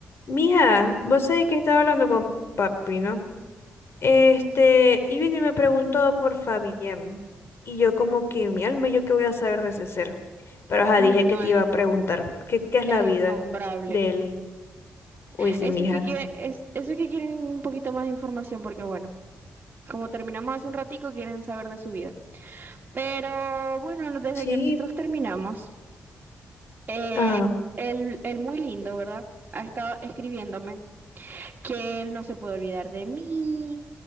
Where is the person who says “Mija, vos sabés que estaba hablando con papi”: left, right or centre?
Left